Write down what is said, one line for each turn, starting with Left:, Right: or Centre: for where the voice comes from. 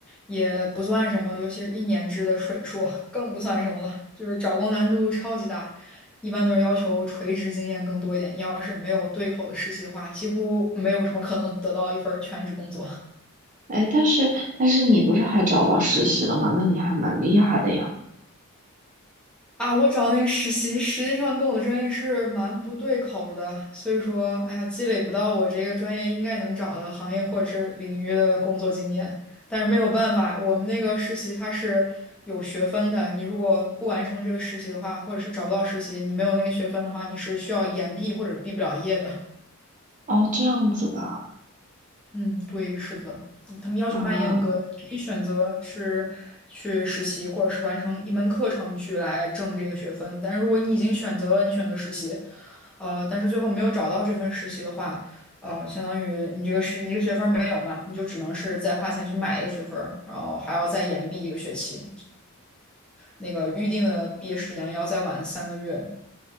Centre: 也不算什么，尤其是一年制的水硕更不算什么了，就是找工难度超级大。一般都是要求垂直经验更多一点，你要是没有对口的实习的话，几乎没有什么可能得到一份儿全职工作。
Right: 哎，但是但是你不是还找到实习了吗？那你还蛮厉害的呀。
Centre: 啊，我找那个实习，实际上跟我的专业是蛮不对口儿的，所以说，哎呀，积累不到我这个专业应该能找的行业或者是领域的工作经验。但是没有办法，我们那个实习它是有学分的，你如果不完成这个实习的话，或者是找不到实习，你没有那个学分的话，你是需要延毕或者毕不了业的。
Right: 哦，这样子的
Centre: 嗯，对，是的，嗯他们要求蛮严格的。
Right: 啊
Centre: 你可以选择是去实习，或者是完成一门课程去来挣这个学分。但如果你已经选择了，你选择实习，呃，但是最后没有找到这份实习的话，呃，相当于你这个是你这个学分儿没有嘛，你就只能是再花钱去买一个学分儿然后还要再延毕一个学期，那个预定的毕业时间要再晚三个月。